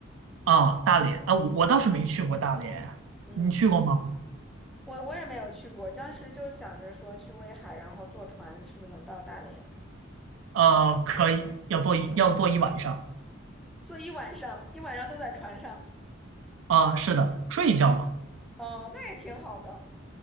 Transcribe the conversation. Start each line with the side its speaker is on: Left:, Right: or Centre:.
Right: 啊。大连啊，我我倒是没去过大连，
Centre: 嗯，
Right: 你去过吗？
Centre: 我我也没有去过，当时就想着说去威海，然后坐船是不是能到大连？
Right: 呃，可以，要坐一要坐一晚上
Centre: 坐一晚上，一晚上都在船上，
Right: 啊。是的，睡一觉嘛。
Centre: 哦，那也挺好的。